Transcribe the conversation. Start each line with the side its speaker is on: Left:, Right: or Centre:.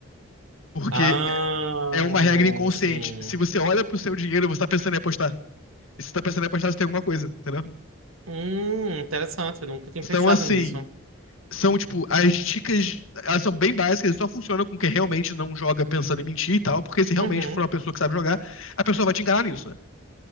Left: Porque
Right: Ah,
Left: é uma regra inconsciente.
Right: sim.
Left: Se você olha pro seu dinheiro, você tá pensando em apostar. E se você tá pensando em apostar, você tem alguma coisa, entendeu?
Right: Hum, interessante. Eu nunca tinha
Left: Então,
Right: pensado
Left: assim,
Right: nisso.
Left: são, tipo, as dicas, elas são bem básicas, só funcionam com quem realmente não joga pensando em mentir e tal, porque se realmente
Right: Uhum.
Left: for uma pessoa que sabe jogar, a pessoa vai te enganar nisso, né?